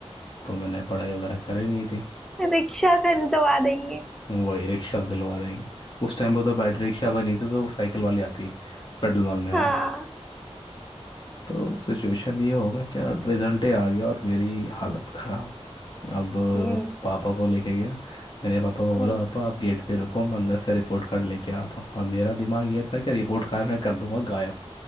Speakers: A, on the left; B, in the centre.
A: तो मैंने पढ़ाई वगैरह करी नहीं थी
B: रिक्शा खरीदवा देंगे
A: वही रिक्शा दिलवा देंगे उस टाइम पर तो बैटरी रिक्शा पर नहीं थी तो वो साइकिल वाली आती पेडल मारने वाली
B: हाँ
A: तो सिचुएशन ये होगा क्या रिजल्ट ही आ गया और मेरी हालत खराब अब
B: हम्म
A: पापा को लेके गया मैंने पापा को बोला
B: हम्म
A: पापा आप गेट पे रुको मैं अंदर से रिपोर्ट कार्ड लेके आता हूँ और मेरा दिमाग ये था कि रिपोर्ट कार्ड मैं कर दूंगा गायब